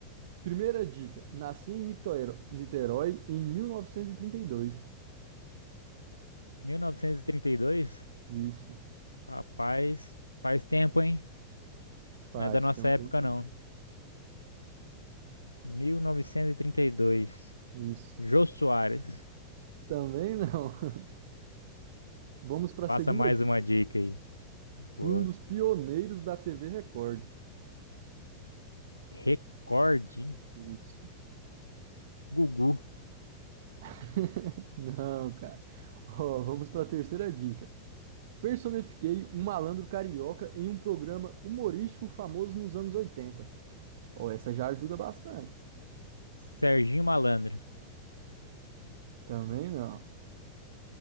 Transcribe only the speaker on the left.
1932?
Rapaz, faz tempo, hein?
Não é da nossa
época,
não. 1932.
Jô Soares.
Passa
mais
uma dica aí. Boa.
Recorde.
Gugu.
Serginho Malandro.